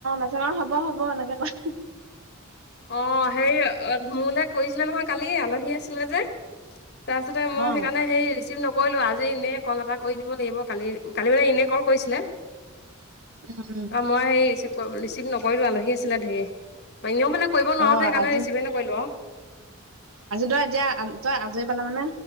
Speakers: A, on the right (about 80°); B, on the left (about 50°).
A: নজগাওঁ হব হ'ব এনেকে কয়।
B: অ হেৰি মোলে কৰিছিলে নহয় কালি আলহী আছিলে যে তাৰপাছতে মই
A: অ
B: সেইকাৰনে সেই ৰিচিভ নকো ৰিলো আজি এনেই কল এটা কৰি দিব লাগিব। কালি কালি মানে এনে কল কৰিছিলে।
A: উম উম
B: অ মই হেৰি ৰিচিভ নকৰিলো আলহী আছিলে ধেৰ। এনেইও মানে কৰিব নোৱাৰো
A: অ
B: যে সেইকাৰণ
A: আজি
B: ৰিচিভেই নকৰিলোঁ আও।
A: আজি তই এতিয়া তই আজৰি পালে মানে,